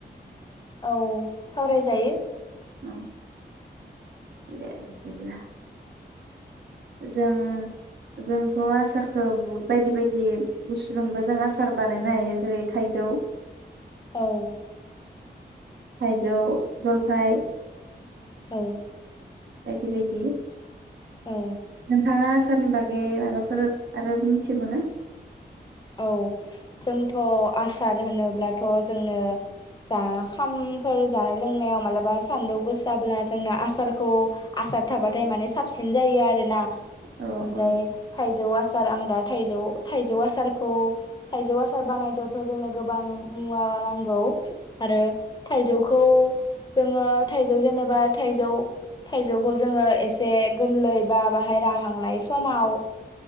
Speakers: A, on the left; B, on the right.
A: औ सावरायजायो।
B: अ दे बिदिब्ला जों जोंथ आसारखौ बहुद बायदि बायदि बुसतुजोंबो जों आसार बानायनो हायो जेरै थाइजौ
A: औ।
B: थाइजौ जलफाइ
A: औ।
B: बायदि बायदि।
A: औ।
B: नोंथाङा आसारनि बागै माबाफोर आरो मिथिगौ ना?
A: औ जोंथ आसार होनोब्लाथ जोंनो जा खामफोर जानाय लोंनायाव मालाबा सान्दुं गोसाब्ला जोंना आसारखौ आसार थाबाथाय
B: औ
A: माने साबसिन जायो आरो ना
B: औ
A: ओमफ्राय
B: औ
A: थाइजौ आ <unintelligible> आं दा थाइजौ थाइजौ आसार खौ थाइजौ आसार बानायनायावथ जोंनो गोबां मुवा नांगौ। आरो थाइजौखौ जोङो थाइजौ जेनेबा थाइजौ थाइजौखौ जोङो एसे गोरलै बा बाहाय राहांनाय समाव